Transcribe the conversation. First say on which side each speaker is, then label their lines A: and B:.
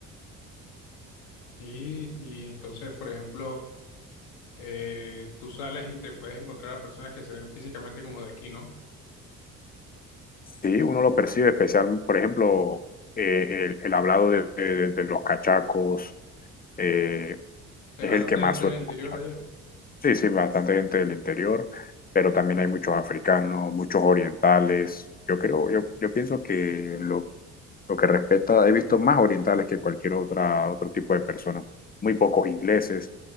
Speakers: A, on the left (about 90°); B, on the left (about 25°).
A: Y, y entonces, por ejemplo, eh, tú sales y te puedes encontrar a personas que se ven físicamente como de aquí, ¿no?
B: Sí, uno lo percibe, especial, por ejemplo, eh, el, el hablado de, de- de los cachacos eh,
A: Hay
B: es
A: bastante
B: el que más
A: gente
B: suele
A: del interior
B: escuchar.
A: allá.
B: Sí, sí, bastante gente del interior, pero también hay muchos africanos, muchos orientales. Yo creo, yo, yo pienso que lo, lo que respecta, he visto más orientales que cualquier otra, otro tipo de persona. Muy pocos ingleses.